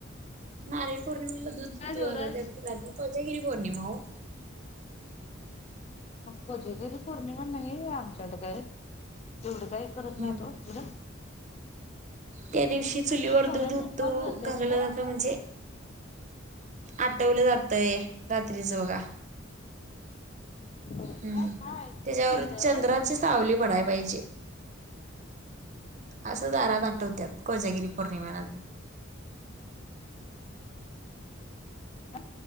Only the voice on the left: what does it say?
काय
देवराज?
कोजागिरी पौर्णिमा नाही आमच्याकडं काय एवढं काही हे करत
नाहीत ओ तिकडं?
नवऱ्याचा
उपवास धरत्यात
काय?
काय
ऐकून
माहित आहे
हो एवढं
काय
ह